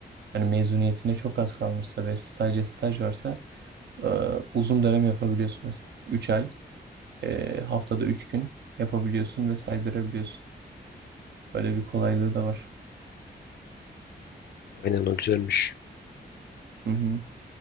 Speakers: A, on the right; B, on the left.
A: yani mezuniyetine çok az kalmışsa ve sadece staj varsa e, uzun dönem yapabiliyorsun mesela. üç ay, e, haftada 3 gün yapabiliyorsun ve saydırabiliyorsun. Böyle bir kolaylığı da var.
B: Aynen o güzelmiş.
A: Hı hı.